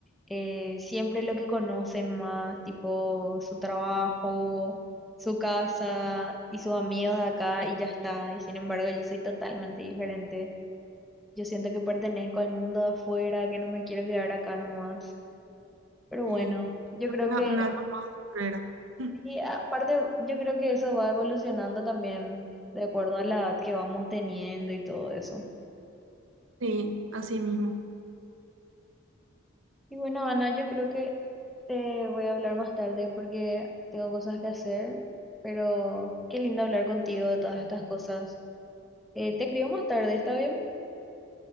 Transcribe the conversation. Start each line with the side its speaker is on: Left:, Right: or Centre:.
Centre: eh, siempre lo que conocen más, tipo su trabajo, su casa y sus amigos de acá
Right: sí,
Centre: y ya está. Y sin embargo, yo soy totalmente diferente. Yo siento que pertenezco al mundo de afuera, que no me quiero quedar acá nomás. Pero
Right: sí,
Centre: bueno, yo
Right: es
Centre: creo
Right: una,
Centre: que
Right: un alma más guerrera. <laughs>
Centre: y aparte, yo creo que eso va evolucionando también de acuerdo a la edad que vamos teniendo y todo eso.
Right: Sí, así mismo.
Centre: Y bueno, Ana, yo creo que te voy a hablar más tarde porque tengo cosas que hacer, pero qué lindo hablar contigo de todas estas cosas. Eh, te escribo más tarde, ¿está bien?